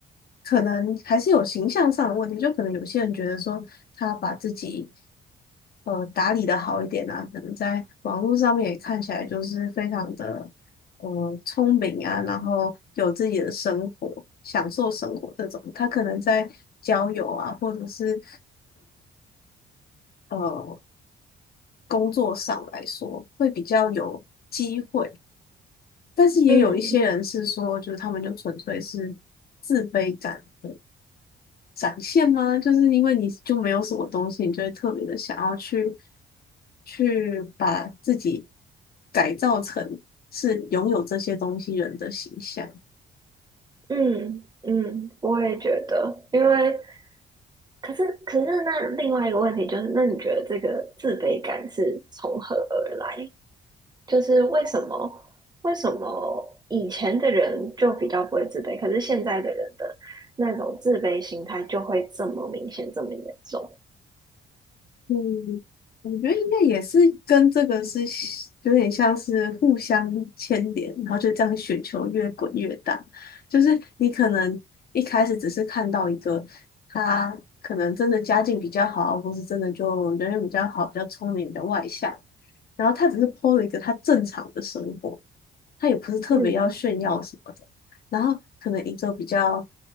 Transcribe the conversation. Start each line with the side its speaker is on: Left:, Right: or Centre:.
Left: 可能还是有形象上的问题，就可能有些人觉得说他把自己呃打理的好一点啊，可能在网络上面也看起来就是非常的呃聪明啊，然后有自己的生活，享受生活这种，他可能在交友啊，或者是呃工作上来说会比较有机会。但是也有一些人是说，
Right: 嗯
Left: 就是他们就纯粹是自卑感的展现吗？就是因为你就没有什么东西，你就会特别的想要去去把自己改造成是拥有这些东西人的形象。
Right: 嗯嗯，我也觉得，因为。可是，可是那另外一个问题就是，那你觉得这个自卑感是从何而来？就是为什么为什么以前的人就比较不会自卑，可是现在的人的那种自卑心态就会这么明显，这么严重？
Left: 嗯，我觉得应该也是跟这个是有点像是互相牵连，然后就这样雪球越滚越大。就是你可能一开始只是看到一个他可能真的家境比较好，或是真的就人缘比较好、比较聪明、比较外向，然后他只是 p 了一个他正常的生活，他也不是特别要炫耀什么的。
Right: 嗯
Left: 然后可能一个比较比